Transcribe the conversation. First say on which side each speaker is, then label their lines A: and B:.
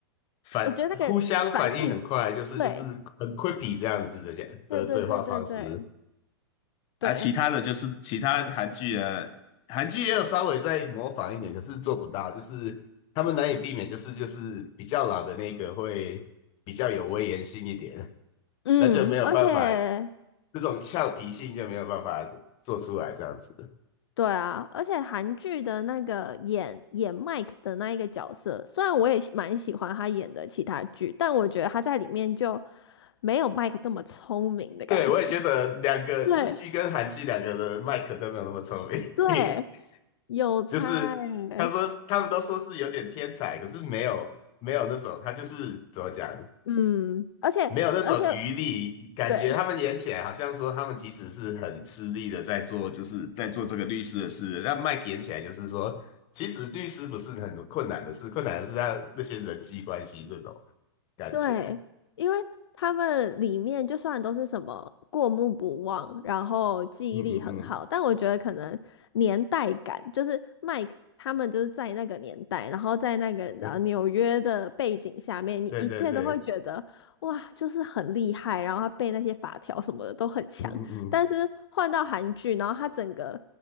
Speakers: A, on the left (about 35°); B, on the left (about 80°).
A: 反互相反应很快，
B: 我觉得那个反应，
A: 就是就是很
B: 对，
A: quippy 这样子的讲的对话方式。
B: 对对对对对
A: 啊，
B: 对，
A: 其他的就是其他韩剧啊，韩剧也有稍微在模仿一点，可是做不到，就是他们难以避免，就是就是比较老的那个会比较有威严性一点，<laughs>
B: 嗯，
A: 那就没有办法，
B: 而且
A: 这种俏皮性就没有办法做出来这样子。
B: 对啊，而且韩剧的那个演演 Mike 的那一个角色，虽然我也喜蛮喜欢他演的其他剧，但我觉得他在里面就没有 Mike 那么聪明的感觉。
A: 对，我也觉得两个日剧跟韩剧两个的麦克都没有那么聪明。
B: 对对，
A: <laughs>
B: 有差欸，
A: 就是他说他们都说是有点天才，可是没有没有那种，他就是怎么讲，
B: 嗯，而且而且
A: 没有那种余力，感觉他们演起来好像说他们其实是很吃力的在做，
B: 对。
A: 就是在做这个律师的事。那 Mike 演起来就是说，其实律师不是很困难的事，困难的是他那些人际关系这种感觉。
B: 对，因为他们里面就算都是什么过目不忘，然后记忆力很好，
A: 嗯嗯嗯，
B: 但我觉得可能年代感，就是 Mike 他们就是在那个年代，然后在那个然后纽约的背景下面，
A: 对
B: 你一切都会觉得哇，
A: 对对对，
B: 就是很厉害，然后他背那些法条什么的都很强。
A: 嗯嗯嗯，
B: 但是换到韩剧，然后他整个